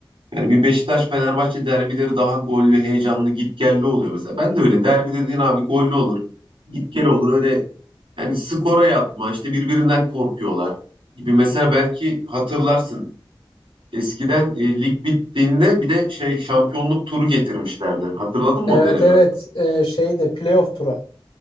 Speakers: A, on the right (about 75°); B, on the left (about 85°).
A: Yani bir Beşiktaş Fenerbahçe derbileri daha gollü, heyecanlı, gitgelli oluyor mesela. Ben de öyle derbi dediğin abi gollü olur, gitgel olur öyle yani skora yatma işte birbirinden korkuyorlar gibi mesela belki hatırlarsın Eskiden e, lig bittiğinde bir de şey şampiyonluk turu getirmişlerdi. Hatırladın mı
B: Evet
A: o dönemi?
B: evet Ee, şeyde playoff turu.